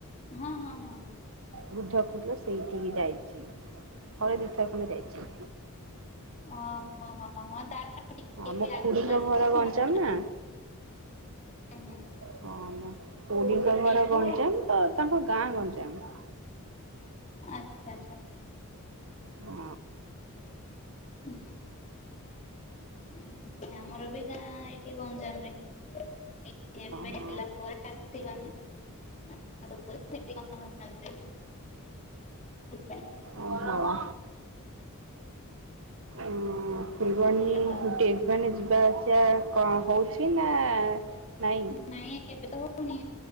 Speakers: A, on the left (about 30°); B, on the right (about 60°).
A: ହଁ, ହଁ, ହଁ।
B: ବୁଦ୍ଧ ଖୋଲ ସେଇଠିକି ଯାଇଛି ଥରେ ଦିଥର ଖଣ୍ଡେ ଯାଇଛି।
A: ଓହୋ, ହଁ, ହଁ, ହଁ ତାର ଟିକେ
B: ଆମ
A: ଆଗକୁ
B: ଖୁୁଡୀଙ୍କ
A: ଆସ
B: ଘର ଗଞ୍ଜାମ
A: ଭଞ୍ଜନଗର
B: ନା।
A: ହୁଁ ହୁଁ
B: ହଁ ମୋ ଖୁଡ଼ିଙ୍କ
A: ସେଇଠୁ
B: ଘର ଗଞ୍ଜାମ ତ ତାଙ୍କ ଗାଁ ଗଞ୍ଜାମ।
A: <inaudible> ଆଚ୍ଛା ଆଚ୍ଛା।
B: ହଁ ଓ
A: <inaudible> ଏମତି ଆମର ବି ଗାଁ ଏଇଠି ଗଞ୍ଜାମ ରେ। <inaudible>
B: ହଁ। ଓହୋ।
A: ହେଲା ପରେ ଆସଥିଲାନି। <inaudible>
B: ଓହୋ। ଉଁ ଫୁଲବାଣୀ <unintelligible>
A: ଆଉ
B: ଟେ ମାନେ ଯିବା ଆସିବା କଣ ହଉଛି ନା ନାଇଁ?
A: ନାଇଁ ଏବେ ତ ହଉନି